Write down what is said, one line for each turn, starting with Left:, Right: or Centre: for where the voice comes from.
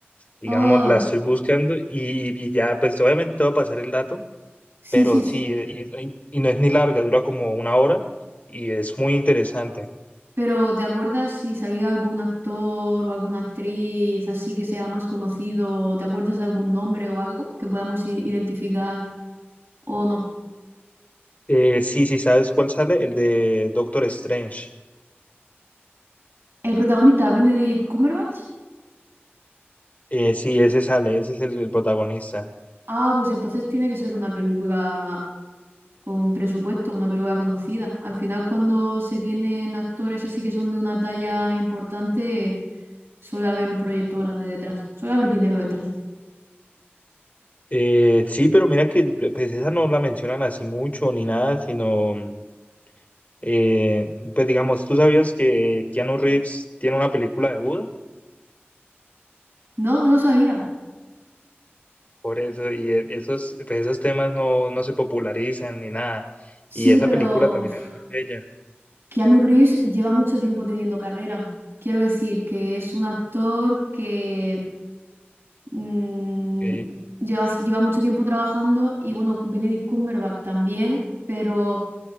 Left: digamos,
Right: Oh,
Left: la estoy buscando y, y ya pues obviamente te va a pasar el dato,
Right: sí,
Left: pero
Right: sí, sí.
Left: sí, y, y y no es ni larga, dura como una hora y es muy interesante.
Right: Pero ¿te acuerdas si salía algún actor o alguna actriz así que sea más conocido? ¿Te acuerdas de algún nombre o algo que podamos i- identificar o no?
Left: Eh, sí, sí, ¿sabes cuál sale? El de Doctor Strange.
Right: ¿El protagonista es Benedict Cumberbatch?
Left: Eh, sí, ese sale, ese es el, el protagonista.
Right: Ah, pues entonces tiene que ser una película con presupuesto, una película conocida. Al final, cuando se tienen actores así que son de una talla importante, suele haber un proyecto grande detrás, suele haber dinero detrás.
Left: Eh, sí, pero mira que pues esa no la mencionan así mucho ni nada, sino, mm, eh, pues digamos, ¿tú sabías que Keanu Reeves tiene una película de Buda?
Right: No, no lo sabía.
Left: Por eso, y e- esos, pues, esos temas no, no se popularizan ni nada.
Right: Sí,
Left: Y esa
Right: pero
Left: película también
Right: uf,
Left: es muy bella.
Right: Keanu Reeves lleva mucho tiempo teniendo carrera. Quiero decir que es un actor que mm,
Left: ok.
Right: lleva, lleva mucho tiempo trabajando y bueno, Benedict Cumberbatch también, pero